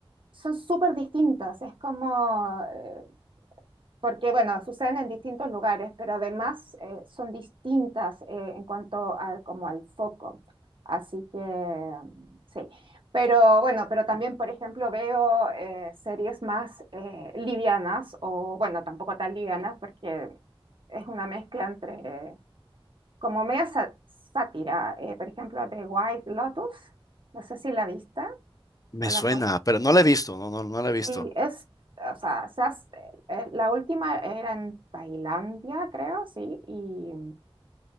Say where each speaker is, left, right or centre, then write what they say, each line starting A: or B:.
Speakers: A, on the right (about 60°); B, on the left (about 40°).
A: son súper distintas. Es como, eh, porque bueno, suceden en distintos lugares, pero además eh, son distintas eh, en cuanto al, como al foco. Así que mm, sí. Pero bueno, pero también, por ejemplo, veo eh, series más eh, livianas, o bueno, tampoco tan livianas, porque es una mezcla entre, eh, como media sa- sátira, eh, por ejemplo, de White Lotus, no sé si la vista
B: Me
A: o la
B: suena, pero no la he visto, no, no, no la he visto.
A: Sí, es, o sea, se hace- eh, la última era en Tailandia, creo, sí, y,